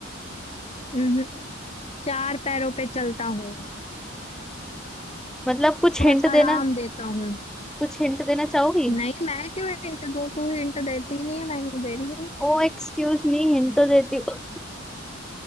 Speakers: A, on the left; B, in the centre.
A: हम्म। चार पैरों पे चलता हूँ
B: मतलब कुछ हिंट
A: और आराम
B: देना
A: देता हूँ
B: कुछ हिंट देना चाहोगी
A: नहीं मैं क्यों हिंट दो तू हिंट देती ही नहीं है मैंने दे रही हूँ
B: ओ एक्सक्यूज मी हिंट तो देती हूँ